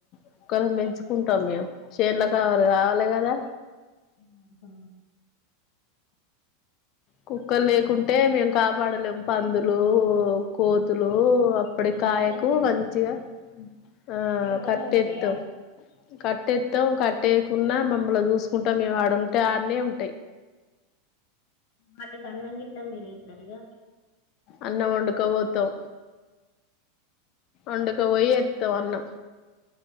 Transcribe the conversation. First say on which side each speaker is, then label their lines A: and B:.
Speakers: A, on the left; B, on the left.
A: కుక్కలనిపెంచుకుంటాం మేము చేన్లో కావలి కావాలి కదా
B: ఆహా
A: కుక్కలు లేకుంటే మేము కాపాడలేము పందులు కోతులు అప్పుడు
B: అన్నే
A: కాయకు
B: కట్టేస్తారా
A: మంచిగా
B: అండి
A: ఆ
B: నైట్ అక్కడనే
A: కట్టెత్తాం
B: ఉంటాయా
A: కట్టేత్తం కట్ ట్టేకున్నా మమ్మల్ చూసుకుంటా మేము ఆడుంటే ఆడనే ఉంటయి
B: వాటికీ అన్నంగిట్ల మీరే ఇత్తరఇగా
A: అన్న ఒండకవోతం ఒండక పొయ్యేత్తం అన్నం